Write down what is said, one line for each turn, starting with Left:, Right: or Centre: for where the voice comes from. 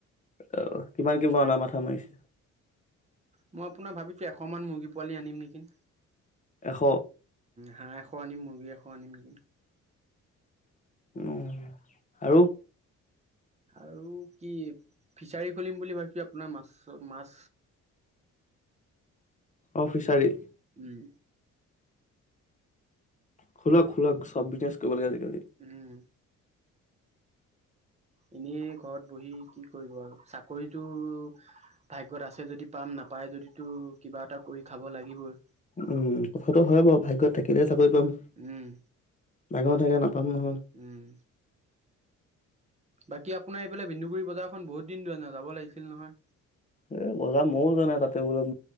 Left: আহ কিমান কি অনা মাথা মাৰিছে?
Right: মই আপোনাক ভাবিছো এশ মান মুৰ্গী পোৱালি আনিম নেকি।
Left: এশ
Right: হাঁহ এশ আনিম, মুৰ্গী এশ আনিম।
Left: উ আৰু
Right: আৰু কি ফিছাৰী খুলিম বুলি ভাবছো আপোনাৰ মাছ-মাছ
Left: অ', ফিচাৰি।
Right: উম।
Left: খোলক খোলক চব বিজনেছ কৰিব লাগে আজি কালি।
Right: উম। এনেই ঘৰত বহি কি কৰিব আৰু চাকৰিতটো ভাগ্যত আছে যদি পাম না- নাপাই যদিতো কিবা এটা কৰি খাব লাগিবই।
Left: উম, কথাটো হয় বাৰু ভাগ্যত থাকিলে চাকৰি পাম।
Right: উম,
Left: ডাঙৰ থাকে নাপাম নহয়।
Right: উম, বাকী আপোনাৰ এইফালে ভন্দুগুৰি বজাৰখন বহুত দিন যোৱা নাই যাব লাগিছিল নহয়।
Left: এ বজাৰ ময়ো জানাই তাতে বোলো